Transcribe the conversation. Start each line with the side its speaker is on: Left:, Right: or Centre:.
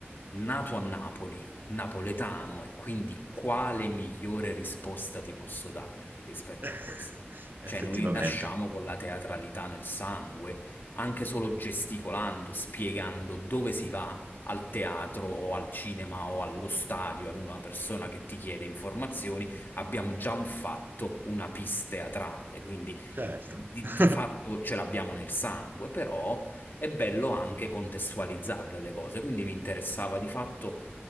Left: nato a Napoli, napoletano, e quindi quale migliore risposta ti posso dare rispetto
Right: eh,
Left: a questo?
Right: <laughs>
Left: Cioè,
Right: Effettivamente.
Left: noi nasciamo con la teatralità nel sangue, anche solo gesticolando, spiegando dove si va al teatro o al cinema o allo stadio ad una persona che ti chiede informazioni, abbiamo già fatto una pista teatrale, quindi
Right: Certo.
Left: di
Right: <laughs>
Left: di fatto ce l'abbiamo nel sangue, però è bello anche contestualizzarle le cose, quindi mi interessava di fatto